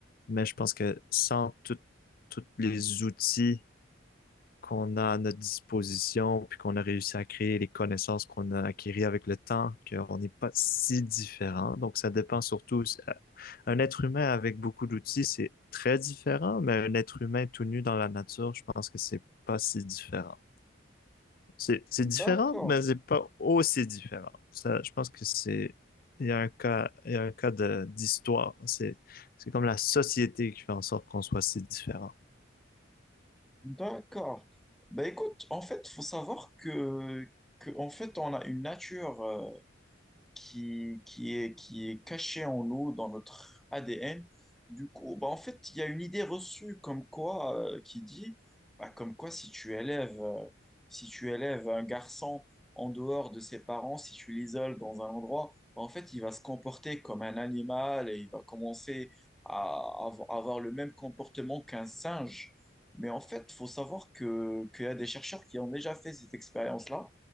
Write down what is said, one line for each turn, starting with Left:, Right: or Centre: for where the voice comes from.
Left: Mais je pense que sans tout- tous les outils qu'on a à notre disposition, puis qu'on a réussi à créer les connaissances qu'on a acquises avec le temps, qu'on n'est pas si différent. Donc, ça dépend surtout. Un être humain avec beaucoup d'outils, c'est très différent, mais un être humain tout nu dans la nature, je pense que c'est pas si différent. C'est c'est différent,
Centre: D'accord,
Left: mais c'est pas aussi différent. Ça, je pense que c'est il y a un cas, il y a un cas de d'histoire. C'est c'est comme la société qui fait en sorte qu'on soit si différent.
Centre: d'accord. Bah écoute, en fait, faut savoir que, que en fait, on a une nature. euh, qui, qui est, qui est caché en nous, dans notre ADN. Du coup, bah, en fait, il y a une idée reçue comme quoi, euh, qui dit, bah, comme quoi si tu élèves, euh, si tu élèves un garçon en dehors de ses parents, si tu l'isoles dans un endroit, bah, en fait, il va se comporter comme un animal et il va commencer à av- avoir le même comportement qu'un singe. Mais en fait, il faut savoir que, qu'il y a des chercheurs qui ont déjà fait cette expérience-là.